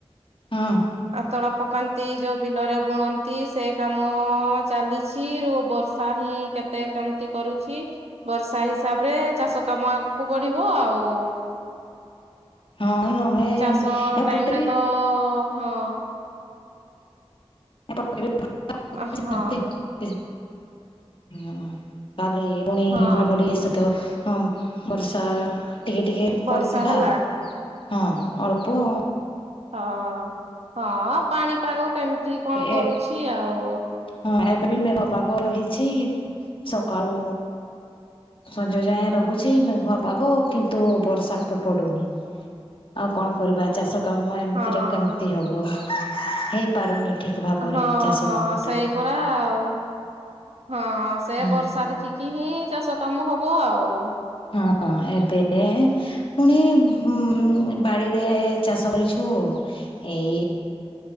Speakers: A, on the left; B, on the right.
A: ହଁ
B: ଆ ତଳା ପକାନ୍ତି ଯୋଉ ବିଲରେ ବୁଣନ୍ତି ସେ କାମ ଅ ଚାଲିଛି ରୁ ବର୍ଷା ହିଁ କେତେ କେମିତି କରୁ ଛି ବର୍ଷା ହିସାବରେ ଚାଷ କାମ ଆଗକୁ ବଢିବ ଆଉ।
A: ହଁ। ନହେଲେ
B: ଚାଷ
A: ଏପଟେ
B: ଟାଇମରେ
A: ବି
B: ତ ହଁ।
A: <unintelligible>
B: ଆଁ ହଁ।
A: ବି ହଁ କାଲି ପୁଣି
B: ହଁ
A: ଘଡଘଡି ସହିତ। ହଁ ବର୍ଷା ଟିକେ ଟିକେ
B: ବର୍ଷା
A: କରିଥିଲା।
B: ହେଲା
A: ହଁ ଅଳ୍ପ।
B: ହଁ ହଁ ପାଣିପାଗ କେମିତି କଣ କରୁଛି
A: ଏ
B: ଆଉ।
A: ହଁ ଏବେ ବି ମେଘପାଗ ରହିଛି ସକାଳୁ ସଞ୍ଜ ଯାଏଁ ରହୁଛି ମେଘୁଆ ପାଗ କିନ୍ତୁ ବର୍ଷା ପଡୁନି। ଆଉ କଣ କରିବା ଚାଷ କାମ ଏମିତିରେ
B: ହଁ
A: କେମିତି ହବ ହେଇପାରୁନି। ଠିକ୍ ଭାବରେ
B: ହଁ
A: ଚାଷ
B: ହଁ
A: କାମ।
B: ସେଇ
A: ଟା
B: ପରା ଆଉ ହଁ ସେ
A: ହୁଁ
B: ବର୍ଷା ଦେଖିକି ହିଁ ଚାଷ କାମ ହବ ଆଉ।
A: ହଁ ଏବେ ପୁଣି ହଁ ବାଡ଼ିରେ ଚାଷ କରିଛୁ ଏଇ